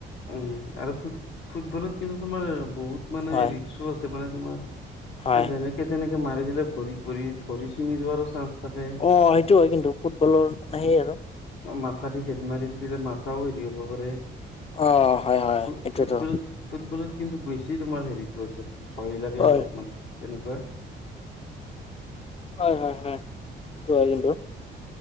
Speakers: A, on the left; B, on the left.
A: উম, আৰু ফু ফুটবলত কিন্তু তোমাৰ বহুত মানে
B: হয়
A: ৰিক্সো আছে মানে তোমাৰ
B: হয়
A: এ যেনেকে তেনেকে মাৰি দিলে ভৰি পৰি ভৰি চিঙি যোৱাৰো চান্স থাকে
B: অ', সেইটো হয় কিন্তু ফুটবলৰ মানে সেই আৰু
A: মাথা দি খেদ মাৰিল তেতিয়া মাথাও হেৰি হ'ব পাৰে
B: অ হয় হয়
A: থোত
B: সেইটোৱেতো
A: থোতবোৰ ফুটবলত কিন্তু বেছি তোমাৰ হেৰিটো আছে ভয় লাগে
B: হয়
A: অলপমান তেনেকোৱা
B: হয় হয় হয় সেইটো হয় কিন্তু